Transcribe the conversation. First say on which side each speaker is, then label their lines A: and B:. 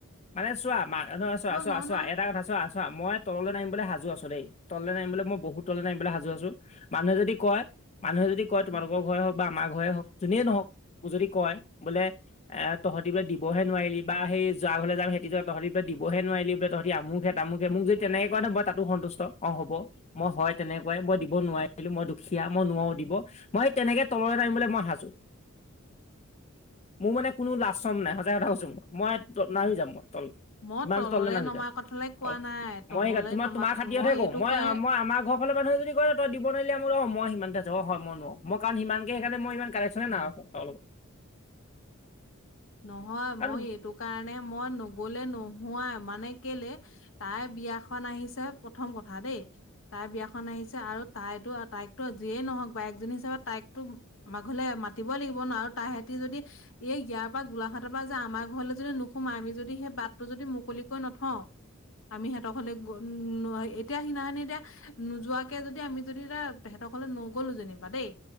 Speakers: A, on the left (about 30°); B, on the left (about 65°).
A: মানে চোৱা মা এটা কথা চোৱা চোৱা
B: নোৱাৰো
A: চোৱা
B: নহয়
A: এটা কথা চোৱা চোৱা মই তললৈ নামিবলৈ সাজু আছো দেই। তলে নামিবলৈ মই বহুত তলে নামিবলৈ সাজু আছো মানুহে যদি কয় মানুহে যদি কয় তোমালোকৰ ঘৰে হওক বা আম। ঘৰে হক যোনে নহক যদি কয় বোলে এ তহতি বোলে দিবহে নোৱাৰিলি বা সেই। যা ঘৰলে যাম হেতি যে তহঁতি পৰা দিবহে নোৱাৰিলি তহতি আমুহে তামুকে মোক যদি তেনেকে কয় নহয় মই তাতো সন্তুষ্ট অ স। হ'ব মই হয় তেনেকুৱাই মই দিব নোৱাৰিলো মই দুখীয়া মই নোৱাৰো দিব মই তেনেকে তল। মই সাজু মোৰ মানে কোনো লাজ চৰম নাই সচাই কথা কছো মই। নামি যাম মই তল।
B: মই
A: ইমান তললে নামি
B: নমা
A: যাম
B: কথালে কোৱা
A: আৰু
B: নাই তললে
A: মই তোম
B: নমা
A: তোমাৰ
B: কথা
A: খাতিৰতহে কওঁ
B: এইটো
A: মই
B: কয়
A: মই আমাৰ ঘৰ ফাল পা। যদি কৰে তই দিব নোৱাৰিলে মোৰ সময় সিমান। হয় মই নোৱাও মই কাৰণ সিমানকে সেইকাৰণে মই ইমান কাৰেকশচনে নাই কাৰো লগত।
B: নহয়
A: কাৰণ
B: মই এইটো কাৰণে। মানে মই নগলে নোহোৱাাই মানে কেলে তাই বিয়াখন আহিছে প্ৰথম কথা। দেই তাই বিয়াখন আহিছে আৰু তাইতো তাইকো যিয়েই নহওক বা একজনী হিচাপে তাইকতো। মাঘলে মাতি লাগিব ন আৰু তাৰ হেতি যদি এই ইয়াৰ। পৰা গোলাঘাটৰ পৰা যে আমাৰ ঘৰলৈ যদি নোসোমা আমি যদি সেই বাটটো যদি মুকলিকৈ নথওঁ। আমি সিহতক হ'লে এতিয়া সিদিনাখি এতিয়া নোযোৱাকে যদি আমি যদি এতিয়া। তেকলে নগলো যেনিবা দেই।